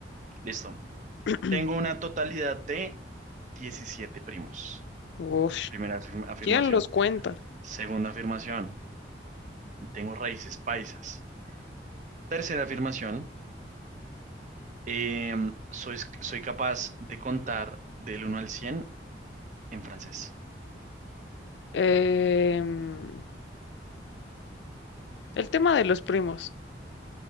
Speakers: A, on the right; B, on the left.
A: listo.
B: <clears throat>
A: Tengo una totalidad de 17 primos.
B: Uf,
A: Primera afirma- afirmación.
B: ¿quién los cuenta?
A: Segunda afirmación, tengo raíces paisas. Tercera afirmación, em, soy, soy capaz de contar del uno al 100 en francés.
B: Em, el tema de los primos.